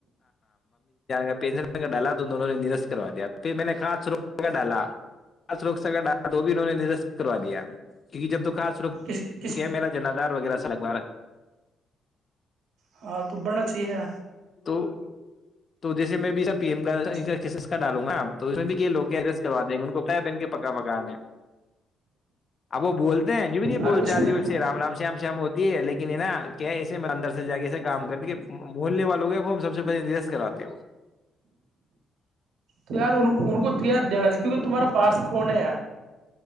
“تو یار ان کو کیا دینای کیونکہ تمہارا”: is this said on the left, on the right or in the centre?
Right